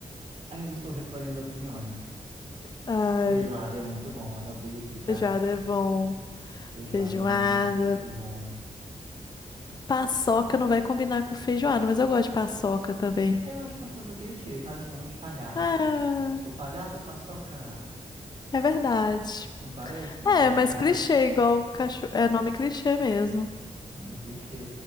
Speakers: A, on the right (about 55°); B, on the left (about 35°).
A: ainda estou recolhendo opiniões.
B: ai,
A: Feijoada é muito bom, anotei aqui, tá?
B: feijoada é bom,
A: Feijoada
B: feijoada.
A: é muito bom.
B: Paçoca não vai combinar com feijoada, mas eu gosto de paçoca também.
A: Aí eu acho paçoca clichê, parece nome de palhaço.
B: Ah,
A: O palhaço paçoca,
B: é verdade.
A: não parece nome
B: É,
A: de palhaço?
B: mas clichê, igual cachorro. É nome clichê mesmo.
A: Nome clichê.